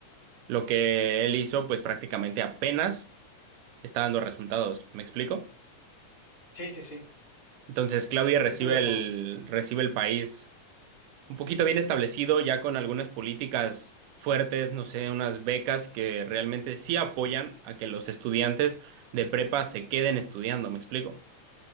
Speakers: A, on the right; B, on the left.
A: Lo que él hizo, pues prácticamente apenas está dando resultados. ¿Me explico?
B: Sí, sí, sí.
A: Entonces, Claudia
B: Sí,
A: recibe
B: estoy de acuerdo.
A: el, recibe el país un poquito bien establecido, ya con algunas políticas fuertes, no sé, unas becas que realmente sí apoyan a que los estudiantes de prepa se queden estudiando, ¿me explico?